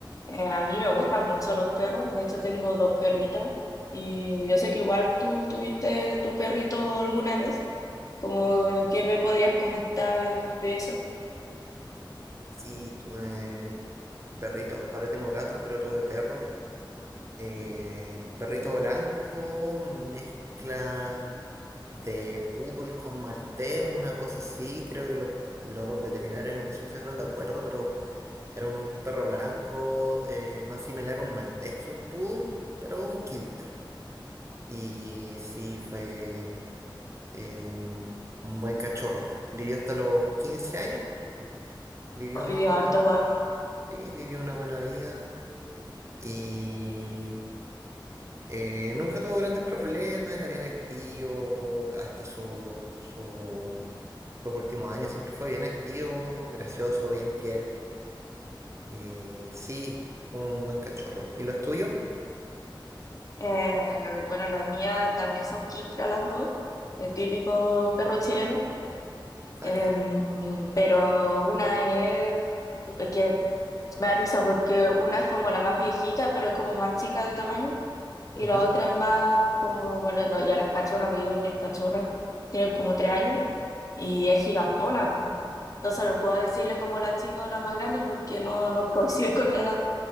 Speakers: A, on the left (about 45°); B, on the right (about 35°).
A: Eh, a mí me gustan mucho los perros, de hecho tengo dos perritas y yo sé que igual tú tuviste tu perrito alguna vez, como eh, qué me podrías comentar de eso.
B: Sí, tuve perritos, ahora tengo gatos, pero tuve perro. Eh, perrito blanco, mezcla de poodle con maltés, una cosa así. Creo que los, los veterinarios nunca se pusieron de acuerdo, pero era un perro blanco eh, más similar a un maltés que un poodle, pero un quiltro. Y sí, fue eh, un buen cachorro. Vivió hasta los 15 años, vivió,
A: Y harto igual.
B: sí, vivió una buena vida. Y eh, nunca tuvo grandes problemas, era bien activo, hasta su, su- sus últimos años siempre fue bien activo, gracioso, bien fiel. Eh, sí, fue un buen cachorro. ¿Y los tuyos?
A: Eh, bueno, las mías también son quistras las dos, el típico perro chileno,
B: Exacto.
A: Em, pero una es, es que me da risa porque una es como la más viejita, pero es como más chica de tamaño Y
B: Ujú.
A: la otra es más como, bueno, no, ya no es cachorra, pero digo que es cachorra. Tiene como tres años y es gigantona, pues. Entonces no puedo decirle como la chica o la más grande porque no, no <laughs> coincide con la edad.